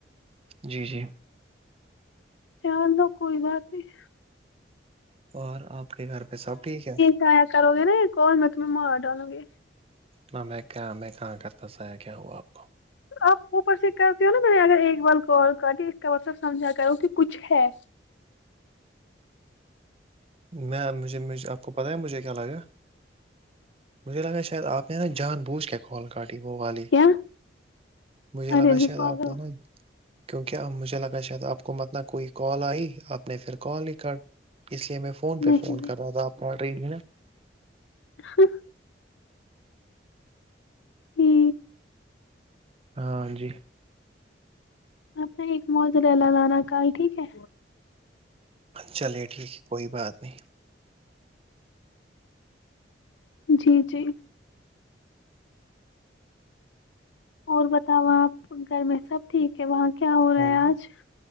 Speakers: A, on the right (about 30°); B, on the left (about 80°).
A: جی جی
B: چلو کوئی بات نہیں
A: اور آپ کے گھر پہ سب ٹھیک ہے
B: جایا کرو گ نا کون میں تمہیں مار ڈالوں گی
A: نہ میں کیا میں کہاں کرتا سایہ کیا ہوا آپ کو
B: آپ اوپر سے کرتی ہو نا میں نے اگر ایک بار کال کر کے اس کا مطلب سمجھا کروں کہ کچھ ہے
A: میں مجھے آپ کو پتاہ ہے مجھے کیا لگا مجھے لگا شاید آپ نا جان بوجھ کال کاٹی وہ والی
B: کیا ارے
A: مجھے لگا
B: نہیں
A: شاید
B: پاگل
A: آپ نے نا کیونکہ اب مجھے لگا شاید آپ کو متلب کوئی کال آئی آپ نے پھر کال ہی کر اس لیے میں فون پہ
B: نہیں
A: فون
B: نہیں
A: کر رہا تھا آپ آڈر نا
B: ہ ہی
A: ہاں جی
B: آنا ایک موجر لگانا کل ٹھیک ہے
A: چلیے ٹھیک ہے کوئی بات نہیں
B: جی جی اور بتاؤ آپ گھر میں سب ٹھیک ہے وہاں کیا ہو رہا
A: ہاں
B: ہے
A: جی
B: آج